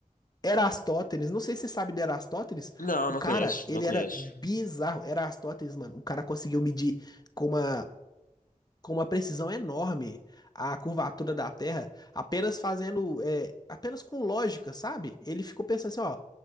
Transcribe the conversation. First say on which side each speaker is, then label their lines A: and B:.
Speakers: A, on the left; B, on the left.
A: Erastótenes, não sei se você sabe de Erastótenes,
B: Não,
A: o
B: não
A: cara,
B: conheço,
A: ele
B: não conheço.
A: era bizarro. Erastótenes, mano, o cara conseguiu medir com uma com uma precisão enorme a curvatura da Terra, apenas fazendo, é, apenas com lógica, sabe? Ele ficou pensando assim, ó,